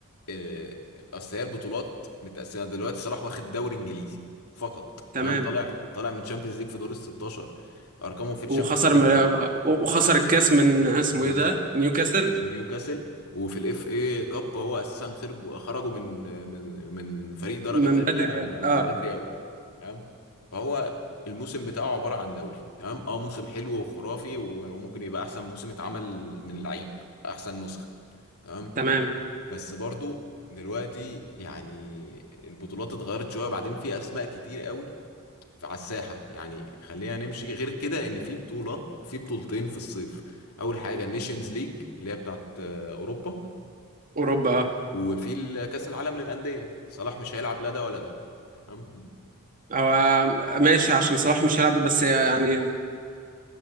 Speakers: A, on the left (about 85°); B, on the right (about 40°).
A: آه، اصل هي البطولات متقسمه دلوقتي صلاح واخد دوري انجليزي فقط
B: تمام
A: تمام طالع طالع من تشامبيونز ليج في دور ال 16 ارقامه في الشامبيونز
B: وخسر
A: ليج
B: م- وخسر الكاس من اسمه
A: بالظبط
B: ايه ده نيوكاسل
A: من نيوكاسل وفي الاف اي كاب هو اساسا خرجوا خرجوا من من من فريق درجه
B: من
A: تانية
B: بدري اه
A: بدري قوي تمام فهو الموسم بتاعه عباره عن دوري تمام اه موسم حلو وخرافي و- وممكن يبقى احسن موسم اتعمل من لعيب احسن نسخه تمام
B: تمام
A: بس برضو دلوقتي يعني البطولات اتغيرت شوية وبعدين في أسماء كتير قوي على الساحة يعني خلينا نمشي غير كده إن في بطولة في بطولتين في الصيف أول حاجة النيشنز ليج اللي هي بتاعت آه، أوروبا
B: اوروبا
A: وفي ال- كأس العالم للأندية صلاح مش هيلعب لا ده ولا ده تمام
B: اه هو ماشي عشان صلاح مش هيلعب بس يعني